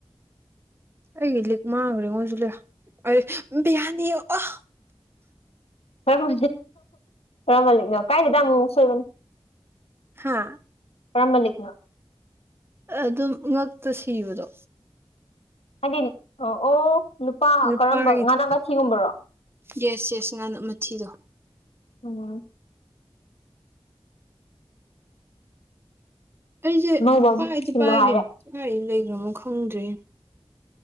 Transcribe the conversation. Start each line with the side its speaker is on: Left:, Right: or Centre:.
Right: ꯑꯩꯒꯤ ꯂꯤꯛ ꯃꯥꯡꯈ꯭ꯔꯦꯉꯣ ꯁꯤ ꯂꯩꯔꯦ ꯑꯩ ꯕꯤꯌꯥꯅꯤꯌꯣ ꯑꯣ
Left: ꯈꯔ ꯈꯔ ꯃꯂꯤꯛꯅꯣ ꯀꯥꯏꯗꯦꯗ ꯑꯃꯨꯛ ꯁꯣꯏꯕꯅꯦ
Right: ꯍꯥꯥ
Left: ꯀꯔꯝꯕ ꯂꯤꯛꯅꯣ
Right: ꯑꯗꯨꯝ ꯉꯛꯇ ꯁꯤꯕꯗꯣ
Left: ꯍꯥꯏꯗꯤ ꯑ ꯑꯣ ꯅꯨꯄꯥ
Right: ꯅꯨꯄꯥꯒꯤꯗꯣ
Left: ꯀꯔꯝꯕ ꯉꯥꯅ ꯃꯊꯤꯒꯨꯝꯕꯔꯣ
Right: ꯌꯦꯁ ꯌꯦꯁ ꯉꯥꯟ ꯃꯊꯤꯗꯣ
Left: ꯎꯝ
Right: ꯑꯩꯁꯦ
Left: ꯑꯉꯧꯕ ꯑꯃ
Right: ꯄꯥꯏꯗꯤ
Left: ꯁꯤꯜꯂꯣ
Right: ꯄꯥꯏꯒꯤꯝꯅꯤ
Left: ꯍꯥꯏꯔꯦ
Right: ꯀꯥꯏꯗ ꯂꯩꯈ꯭ꯔꯅꯣ ꯈꯪꯗ꯭ꯔꯦ